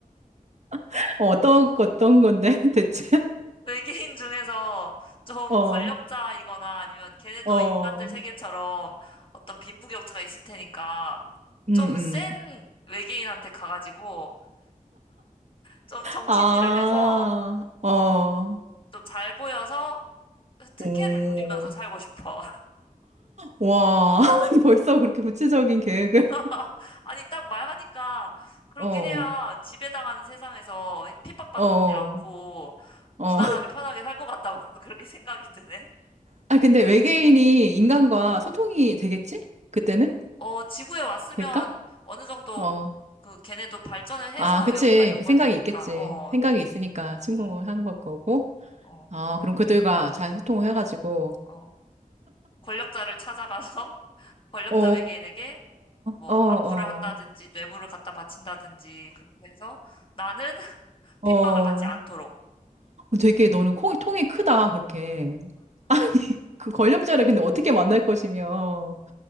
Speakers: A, on the right; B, on the left.
A: <laughs> 어떤, 어떤 건데, <laughs> 대체?
B: <laughs> 외계인 중에서 좀
A: 어,
B: 권력자이거나 아니면 걔네도
A: 어, 어,
B: 인간들 세계처럼 어떤 빈부격차가 있을 테니까
A: 음,
B: 좀
A: 음.
B: 센 외계인한테 가가지고 좀 정치질을
A: 아,
B: 해서
A: 어,
B: 어, 좀 잘 보여서 특혜를
A: 오,
B: 누리면서 살고 싶어.
A: 와, <laughs> 아니, 벌써 그렇게 구체적인 계획을?
B: <laughs> 아니, 딱 말하니까 그렇게
A: 어,
B: 해야 지배당하는 세상에서 핍박받지
A: 어, 어.
B: 않고
A: <laughs>
B: 무난하게 편하게 살 것 같다고 <laughs> 그렇게 생각이 드네.
A: 아니, 근데 외계인이 인간과 소통이 되겠지? 그때는?
B: 어, 지구에 왔으면
A: 될까?
B: 어느 정도
A: 어.
B: 그 걔네도 발전을 해서
A: 아, 그치.
B: 여기까지 온
A: 그
B: 걸
A: 생각이
B: 테니까,
A: 있겠지.
B: 어,
A: 생각이 있으니까 침공을
B: 음,
A: 한 걸 거고.
B: 어,
A: 아, 그럼 그들과 잘 소통을 해가지고.
B: 어. 권력자를 찾아가서 <laughs> 권력자
A: 어,
B: 외계인에게 뭐
A: 어, 어.
B: 아부를 한다든지 뇌물을 갖다 바친다든지 그렇게 해서 나는 <laughs>
A: 어,
B: 핍박을
A: 어.
B: 받지 않도록.
A: 되게 너는 콩이, 통이 크다, 그렇게. 아니, <laughs> 그 권력자를 근데 어떻게 만날 것이며.